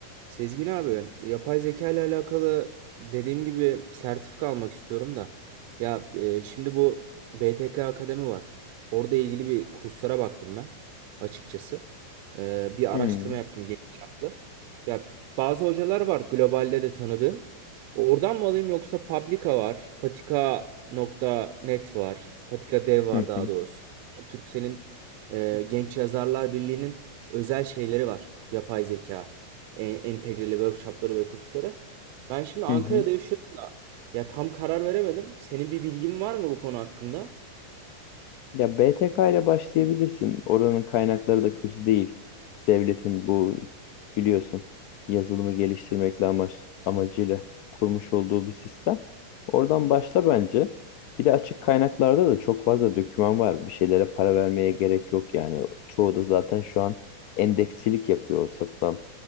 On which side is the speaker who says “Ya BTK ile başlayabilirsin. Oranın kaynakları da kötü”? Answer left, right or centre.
Left